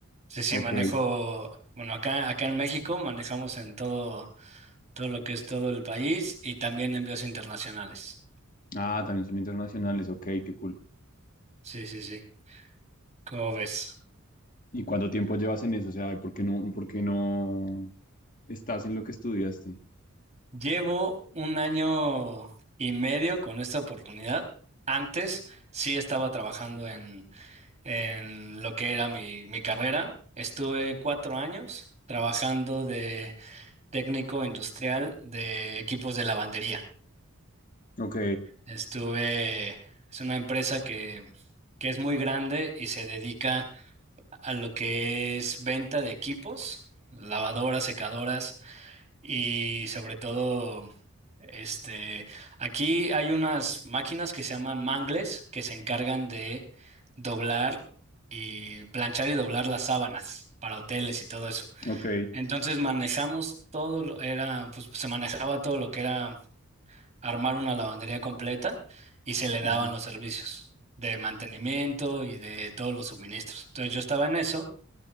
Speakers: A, on the right; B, on the left.
A: sí, sí,
B: Ok.
A: manejo, bueno, acá, acá en México manejamos en todo, todo lo que es todo el país y también envíos internacionales.
B: Ah, también son internacionales, ok, qué cool.
A: Sí, sí, sí. ¿Cómo ves?
B: ¿Y cuánto tiempo llevas en eso? O sea, ¿por qué no, por qué no estás en lo que estudiaste?
A: Llevo un año y medio con esta oportunidad. Antes sí estaba trabajando en, en lo que era mi, mi carrera. Estuve cuatro años trabajando de técnico industrial de equipos de lavandería.
B: Ok,
A: Estuve, es una empresa que, que es muy grande y se dedica a lo que es venta de equipos, lavadoras, secadoras y sobre todo, este, aquí hay unas máquinas que se llaman mangles que se encargan de doblar y planchar y doblar las sábanas para hoteles y todo eso.
B: ok.
A: Entonces manejamos todo, lo- era, pues se manejaba todo lo que era armar una lavandería completa y se le daban
B: Ujú.
A: los servicios de mantenimiento y de todos los suministros. Entonces yo estaba en eso,